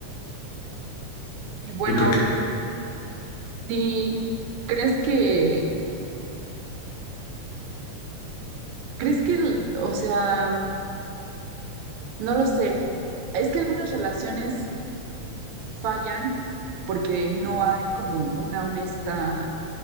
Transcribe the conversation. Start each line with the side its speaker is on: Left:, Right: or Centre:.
Right: Y bueno,
Left: Yo creo que
Right: sí, ¿crees que, crees que, el- o sea, no lo sé. Es que algunas relaciones fallan porque no hay como una honesta